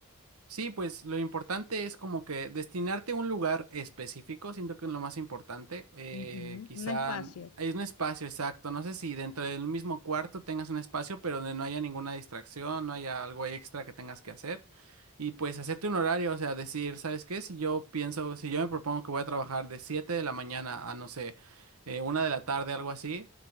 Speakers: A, on the right (about 85°); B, on the left (about 75°).
A: Sí, pues lo importante es como que destinarte a un lugar específico, siento que es lo más importante. Eh,
B: Ujú,
A: quizá
B: Un espacio.
A: n- hay un espacio exacto, no sé si dentro del mismo cuarto tengas un espacio, pero donde no haya ninguna distracción, no haya algo extra que tengas que hacer. Y pues hacerte un horario, o sea, decir, ¿sabes qué? Si yo pienso, si yo me propongo que voy a trabajar de 7 de la mañana a, no sé, eh, 1 de la tarde, algo así.